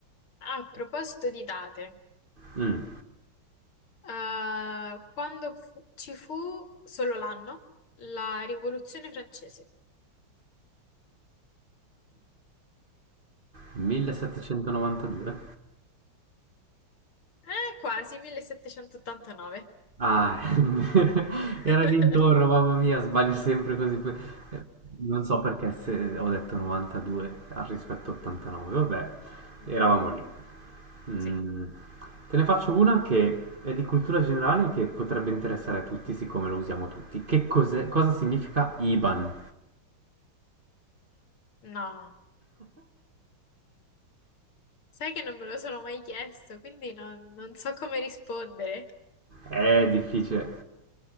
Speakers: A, on the left; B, on the right.
A: A proposito di date.
B: Mm,
A: Eh, quando fu- ci fu solo l'anno, la Rivoluzione francese.
B: 1792?
A: Eh, quasi 1789.
B: Ah, <laughs>
A: <laughs>
B: era l'intorno, mamma mia, sbaglio sempre così. que- eh, Non so perché se ho detto 92 al rispetto 89, vabbè,
A: Mm,
B: eravamo lì. Mm,
A: Sì.
B: Te ne faccio una che è di cultura generale che potrebbe interessare a tutti, siccome lo usiamo tutti. Che cos'è, cosa significa IBAN?
A: No, sai che non me lo sono mai chiesto, quindi non, non so come rispondere.
B: È difficile,